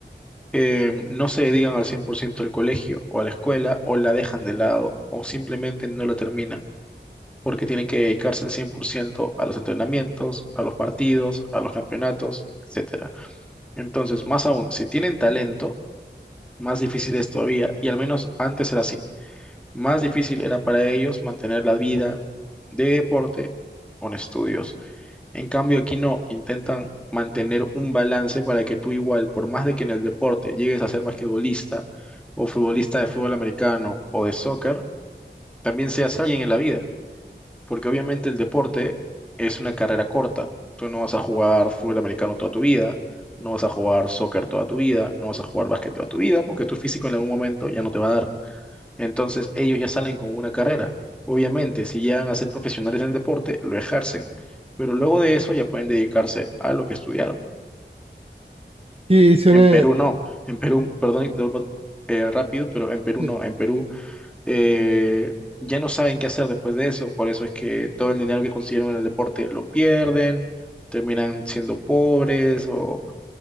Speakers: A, in the centre; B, on the right.
A: eh, no se dedican al 100% al colegio o a la escuela, o la dejan de lado, o simplemente no la terminan. porque tienen que dedicarse al 100% a los entrenamientos, a los partidos, a los campeonatos, etcétera. Entonces, más aún, si tienen talento, más difícil es todavía, y al menos antes era así, más difícil era para ellos mantener la vida de deporte con estudios. En cambio, aquí no, intentan mantener un balance para que tú igual, por más de que en el deporte llegues a ser basquetbolista o futbolista de fútbol americano o de soccer, también seas alguien en la vida porque obviamente el deporte es una carrera corta. Tú no vas a jugar fútbol americano toda tu vida, no vas a jugar soccer toda tu vida, no vas a jugar básquet toda tu vida, porque tu físico en algún momento ya no te va a dar. Entonces ellos ya salen con una carrera. Obviamente, si llegan a ser profesionales en el deporte, lo ejercen, pero luego de eso ya pueden dedicarse a lo que estudiaron.
B: y suena,
A: En Perú no, en Perú, perdón, interrumpo, eh, rápido, pero en Perú
B: sí,
A: no, en Perú eh, ya no saben qué hacer después de eso, por eso es que todo el dinero que consiguieron en el deporte lo pierden, terminan siendo pobres o